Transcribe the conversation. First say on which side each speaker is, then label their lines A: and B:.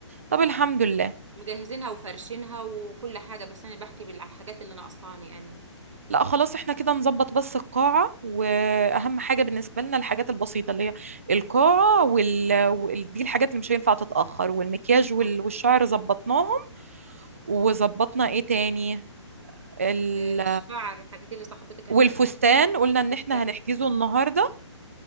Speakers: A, on the right (about 30°); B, on the right (about 75°).
A: طب الحمد لله
B: مجهزينها وفرشينها وكل حاجة بس انا بحكي بالحاجات اللي ناقصاني انا
A: لا خلاص احنا كده نظبط بس القاعة واهم حاجة بالنسبة لنا الحاجات البسيطة اللي هي القاعة وال... وال... دي الحاجات اللي مش هينفع تتأخر والمكياج وال...
B: اه
A: والشعر ظبطناهم وظبطنا ايه تاني ال...
B: ال- الشعر الحاجات اللي صاحبتك هتعمل
A: والفستان
B: لي شعر
A: قلنا
B: الفستان
A: ان احنا هنحجزه النهاردة